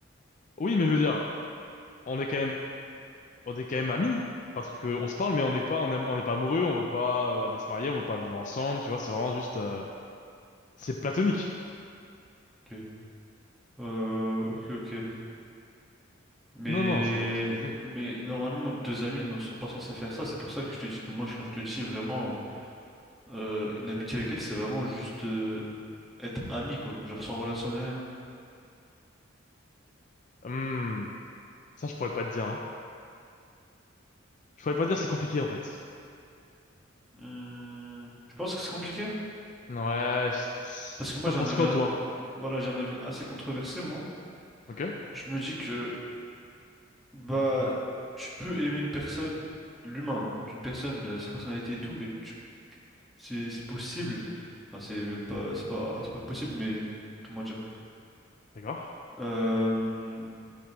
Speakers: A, on the left; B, in the centre.
A: Oui, mais je veux dire, on est quand même, on est quand même amis, parce que on se parle, mais on n'est pas, on aime- on n'est pas amoureux, on veut pas euh, aller se marier, on veut pas vivre ensemble, tu vois, c'est vraiment juste, euh, c'est platonique.
B: Ok. Euh, ok, ok. Mais
A: Non, non, c'est c'est platonique,
B: mais
A: oui.
B: normalement deux amis ne sont pas censés faire ça. C'est pour ça que je te dis que moi je- quand je te dis vraiment. Euh, une amitié avec elle, c'est vraiment juste euh, être ami, quoi. Genre sans relation ni rien.
A: Hum. Ça, je pourrais pas te dire, hein. Je pourrais pas te dire, c'est compliqué, en fait.
B: Hmm, je pense que c'est compliqué.
A: Ouais, je-
B: Parce que moi,
A: t'en
B: j'ai
A: penses
B: un avis,
A: quoi,
B: a-
A: toi?
B: voilà, j'ai un avis assez controversé, moi.
A: Ok,
B: Je me dis que, bah, tu peux aimer une personne, l'humain, hein, d'une personne, euh, sa personnalité et tout, mais tu- c'est, c'est possible. Enfin, c'est même pas, c'est pas, c'est pas possible, mais comment dire?
A: d'accord.
B: Euh,